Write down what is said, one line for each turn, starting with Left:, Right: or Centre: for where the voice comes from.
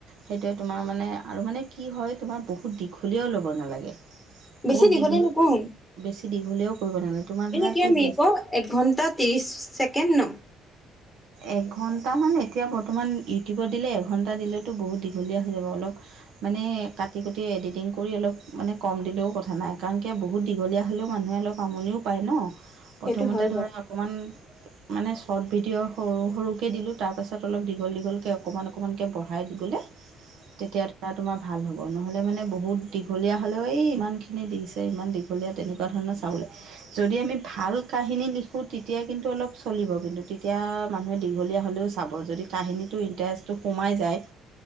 Right: সেইটোৱে তোমাৰ মানে আৰু মানে কি হয় তোমাৰ বহুত দীঘলীয়াও ল'ব নালাগে
Centre: বেছি
Right: বহুত
Centre: দীঘলে
Right: দীঘল
Centre: নকওঁ
Right: বেছি দীঘলেও কৰিব নালাগে তোমাৰ
Centre: এনে
Right: ধৰা
Centre: কিমান
Right: কি
Centre: মিনিট
Right: বেছ
Centre: কওঁ এক ঘণ্টা ত্ৰিছ ছেকেণ্ড ন।
Right: এঘণ্টামান এতিয়া বৰ্তমান ইউটিউবত দিলে এঘণ্টা দিলেতো বহুত দীঘলীয়া হৈ যাব অলপ। মানে কাটি কুটি এডিটিং কৰি অলপ মানে কম দিলেও কথা নাই কাৰণ কিয় বহুত দীঘলীয়া হ'লেও মানুহে অলপ। বামুনিও পায় ন প্ৰথমতে
Centre: সেইটো হয়
Right: ধৰা
Centre: বাৰু
Right: অকণমান মানে চ্বৰ্ট ভিডিঅ'। সৰু সৰুকৈ দিলোঁ তাৰপাছত অলপ দীঘল দীঘলকৈ অকণমান অকণমানকৈ বঢ়াই দি গ'লে। তেতিয়া তোমাৰ ভাল হ'ব নহ'লে মানে বহুত দীঘলীয়া হ'লেও এই ইমান খিনি দিছে ইমান দীঘলীয়া তেনেকুৱা ধৰণৰ চাবলে। যদি আমি ভাল কাহিনী লিখো তেতিয়া কিন্তু অলপ চলিব কিন্তু তেতিয়া। মানুহে দীঘলীয়া হ'লেও চাব যদি কাহিনীটোৰ ইণ্টাৰেষ্টটো সোমাই যায়।